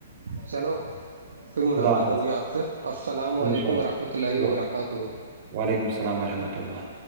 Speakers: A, on the right; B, on the right.
A: چلو پھر ملاقات
B: خدا حافظ
A: ہوگی آپ سے السلام
B: ان
A: علیکم
B: شاء
A: ورحمۃہ اللہ وبرکاتہ
B: و وعلیکم السلام ورحمۃ اللہ-